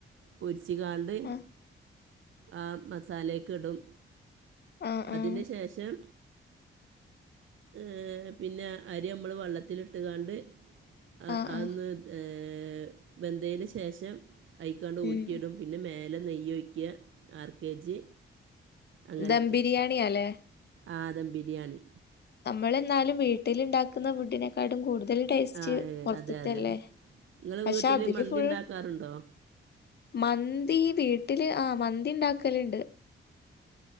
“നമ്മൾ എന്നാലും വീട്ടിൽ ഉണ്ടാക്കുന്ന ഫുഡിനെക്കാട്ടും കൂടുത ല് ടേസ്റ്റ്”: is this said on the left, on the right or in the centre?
Left